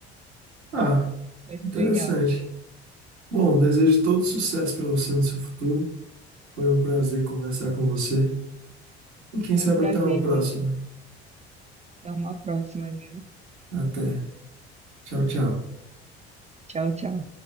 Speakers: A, on the right (about 85°); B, on the right (about 20°).
A: Ah,
B: Vai
A: interessante.
B: ser legal.
A: Bom, desejo todo sucesso para você no seu futuro. Foi um prazer conversar com você. E quem
B: Foi
A: sabe
B: um prazer,
A: até uma próxima.
B: Vitor. Até uma próxima, viu?
A: Até. Tchau, tchau.
B: Tchau, tchau.